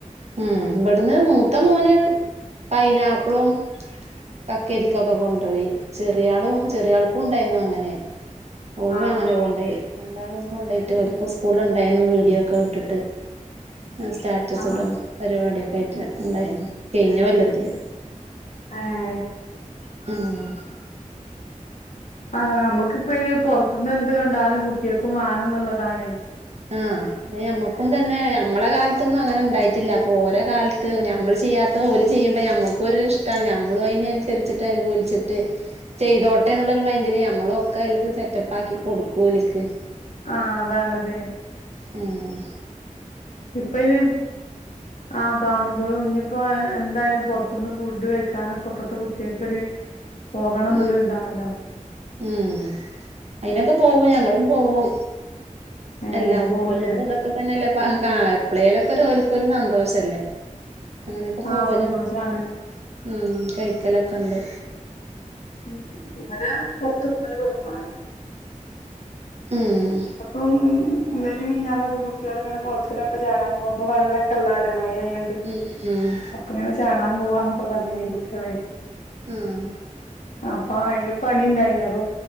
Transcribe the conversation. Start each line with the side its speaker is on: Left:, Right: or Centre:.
Right: ഉം ഇബടന്ന് മൂത്ത മോന് പൈയ്‌നാപ്പിളും കക്കരിക്കൊക്കെ കൊണ്ടോയി ചെറിയാളും ചെറിയാ ൾക്കും ഉണ്ടായിന്നു അങ്ങനെ. ഓനു
Left: ആഹ്
Right: അങ്ങനെ
Left: ആഹ്
Right: കൊണ്ടോയി രണ്ടാളും കൊണ്ടയിറ്റ് ഓര്ക്ക് സ്കൂള്ല് ണ്ടായിന്നു വീഡിയോ ക്കെ വിട്ടിട്ട് ഞാ സ്റ്റാറ്റസ്
Left: ആഹ്
Right: ടും പരിപാടിയൊക്കെ ആയിട്ട് ഇണ്ടായിന്നു കഴിഞ്ഞ കൊല്ലത്തില്
Left: ആഹ്
Right: ഉംഹ്
Left: ആഹ് നമ്മുക്കിപ്പയിന് പുറത്ത്ന്നെന്ത് കണ്ടാലും കുട്ട്യാ ക്കും വേണന്നുള്ളതാണേയ്
Right: ആഹ് അത് ഞമ്മക്കും തന്നെ നമ്മളെ കാലത്തൊന്നും അങ്ങനെ ഉണ്ടായിട്ടില്ല. അപ്പോ ഓര കാലത്ത് ഞമ്മൾ ചെയ്യാത്ത ഓല് ചെയ്യുമ്പോ ഞമ്മക്കൊര് ട്ടാണ് ഞമ്മളും അയിനനുസരിച്ചിട്ട് അതില് കുലിച്ചിട്ട് ചെയ്തോട്ടേ ന്നുള്ളൊരു മൈന്റില് നമ്മളു ഒക്കെയില്ക്ക് സെറ്റപ്പാക്കി കൊടുക്കു ഓൽക്ക്
Left: ആഹ് അതാണതേയ്
Right: ആഹ്
Left: ഇപ്പയിന് ആഹ് കാണുമ്പഴും ഇനിപ്പോ എന്തായാലും പൊറത്തുന്ന് ഫുഡ് കഴിക്കാനൊക്കെ ഇപ്പത്തെ കുട്ട്യാക്കൊര് പോകണന്നുള്ളൊരു
Right: ഉം
Left: താണല്ലോ
Right: ഉം അയിനൊക്കെ പോവു ഞങ്ങളും പോവും.
Left: ഏഹ്
Right: എല്ലാ കുട്ടികളിപ്പ
Left: പോവൂലേ
Right: തൊ ക്കെ തന്നെയല്ല പ്പ കാ ഇപ്പളേലൊക്കൊരു ഓൽക്കൊരു സന്തോഷല്ലേ അങ്ങനെയൊക്കെ
Left: ആഹ്
Right: പോവലും
Left: സന്തോഷാണ്
Right: ഉം കഴിക്കലൊക്കെ ണ്ട്
Left: ഉ അങ്ങനെ പൊറത്തു പോവല് കൊറവാണ്
Right: ഉംഹ്
Left: അപ്പം.. ഇന്നലിം മിഞ്ഞാ ന്നൊക്കെ കുട്ട്യാള് ങ്ങനെ കൊളത്തിലൊക്കെ ചാടാ പോവും പ്പൊ വെള്ളൊക്കെ ള്ളതല്ലേ മയയാണ്ട്
Right: ഉം- ഊമ്
Left: അപ്പ ഇങ്ങനെ ചാടാൻ പോവാന്നൊക്കെ പറഞ്ഞീനി കുട്ട്യേളെ
Right: ആഹ്
Left: അപ്പൊ അയിന് പണി ഇണ്ടായിനി അപ്പൊ